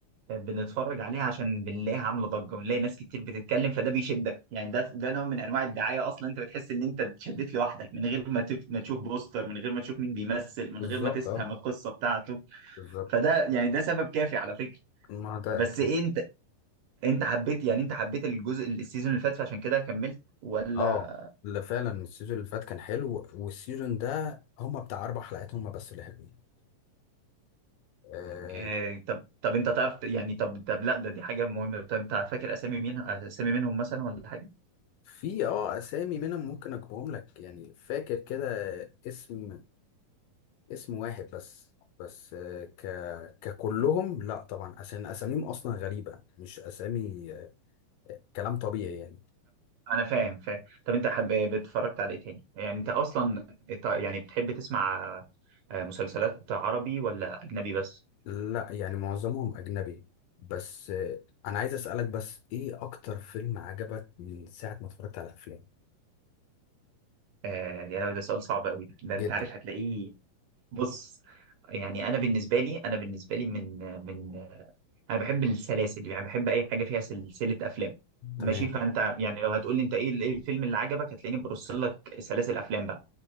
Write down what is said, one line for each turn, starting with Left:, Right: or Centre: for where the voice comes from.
Right: بنتفرج عليها عشان بنلاقيها عاملة ضجة ونلاقي ناس كتير بتتكلم فده بيشدك يعني ده ده نوع من انواع الدعاية اصلا انت بتحس ان انت اتشدت لوحدك من غير ما ت- ما تشوف بوستر من غير ما تشوف مين بيمثل من
Left: بالظبط
Right: غير ما تفهم
Left: اه
Right: القصة بتاعته
Left: بالظبط
Right: فده يعني ده سبب كافي على فكرة
Left: ما ده
Right: بس
Left: أكيد
Right: إيه انت انت حبيت يعني انت حبيت الجزء السيزون اللي فات فعشان كده كملت ولا
Left: اه ده فعلا السيزون اللي فات كان حلو والسيزون ده هما بتاع اربع حلقات هما بس اللي حلوين آه
Right: آه طب طب انت تعرف يعني طب طب لا ده دي حاجة مهمة طب انت فاكر اسامي مين اسامي منهم مثلا ولا حاجة
Left: في اه اسامي منهم ممكن اجيبهم لك يعني فاكر كده اسم اسم واحد بس بس آه ك ككلهم لا طبعا عشان اساميهم اصلا غريبة مش اسامي آه كلام طبيعي يعني
Right: انا فاهم فاهم طب انت حب... اتفرجت على ايه تاني يعني انت اصلا إت- يعني بتحب تسمع آه، مسلسلات عربي ولا اجنبي بس
Left: لا يعني معظمهم اجنبي بس آه انا عايز اسالك بس ايه اكتر فيلم عجبك من ساعة ما اتفرجت على افلام
Right: آه، يعني ده سؤال صعب قوي ده ده
Left: جدا
Right: انت عارف هتلاقيه بص يعني انا بالنسبه لي انا بالنسبه لي من من انا بحب السلاسل يعني بحب اي حاجه فيها سلسله افلام ماشي
Left: تمام
Right: فانت يعني لو هتقول لي انت ايه ال- إيه الفيلم اللي عجبك هتلاقيني برص لك سلاسل افلام بقى